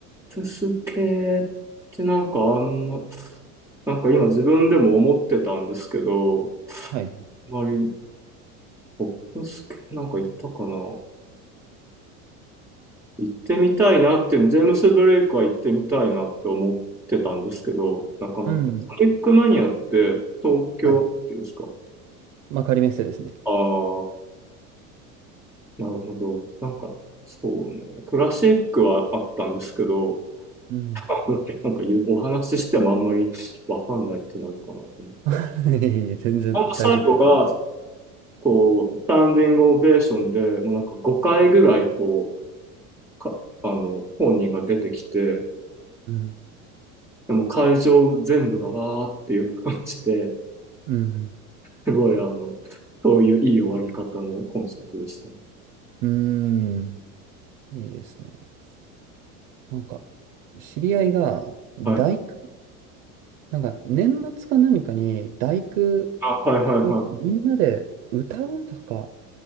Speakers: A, in the centre; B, on the right.
A: プス系ってなんかあんま、なんか今自分でも思ってたんですけど、
B: はい。
A: あまりポップス系なんか行ったかな行ってみたいなっていうの、ジェームス・ブレイクは行ってみたいなって思ってたんですけど、なかなか。
B: うん。
A: ソニックマニアって東京ですか
B: はい。まあ、仮メッセですね。
A: ああー、なるほど。なんか、そうね。クラシックはあったんですけど、
B: うん。
A: <laughs> なんか言うお話ししてもあんまりわかんないってなるかなと思って。
B: <laughs> 全然大丈夫です。
A: ほんと最後が、こう、スタンディングオベーションで、もうなんか5回ぐらい、こう、か、あの、本人が出てきて、
B: うん
A: でも会場全部がわーっていう感じで、
B: うん
A: すごい、あの、そういういい終わり方のコンサートでしたね。
B: うん。うーん。いいですね。なんか、知り合いが、大工、
A: はい。
B: なんか、年末か何かに、大工
A: あ、はいはいはい。
B: をみんなで歌うとか、